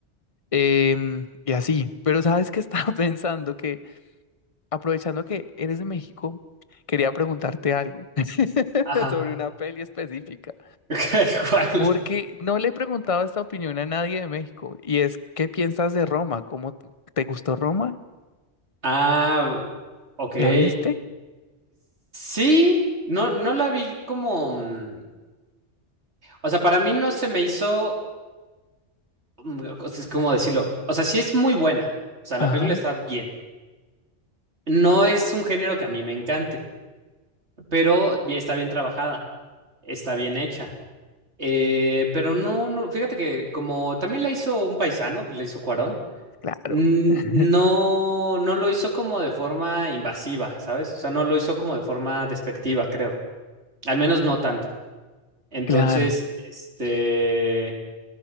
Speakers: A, on the left; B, on the right.
A: Em, y así, pero sabes que estaba <laughs> pensando que, aprovechando que eres de México, quería preguntarte algo <laughs>
B: Ajá.
A: sobre una peli específica.
B: <laughs> ¿Cuál?
A: Porque no le he preguntado esta opinión a nadie de México. Y es, ¿qué piensas de Roma? ¿Cómo t- te gustó Roma?
B: Ah, ok.
A: ¿La viste?
B: Sí, no, no la vi como. mm, O sea, para mí no se me hizo. mm, o sea, Es como decirlo. O sea, sí es muy buena. O sea,
A: Ajá,
B: la película está bien. No es un género que a mí me encante, pero bi- está bien trabajada, está bien hecha. Eh, pero no, no, fíjate que como también la hizo un paisano, la hizo Cuarón.
A: claro.
B: N-
A: <laughs>
B: No, no lo hizo como de forma invasiva, ¿sabes? O sea, no lo hizo como de forma despectiva, creo. Al menos no tanto. Entonces,
A: Claro.
B: este,